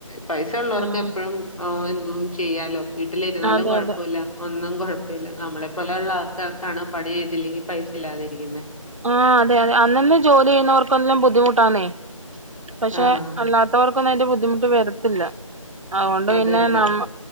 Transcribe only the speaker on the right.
ഉം
അതെ
അതെ
ആഹ് അതെ അതെ അന്നന്ന് ജോലി ചെയ്യുന്നവർക്കെല്ലാം ബുദ്ധിമുട്ടാന്നേ പക്ഷെ
അല്ലാത്ത അല്ലാത്തവർക്കൊന്നും അതിന്റെ ബുദ്ധിമുട്ട് വരത്തില്ല അതുകൊണ്ട്
പിന്നെ
നമ്മ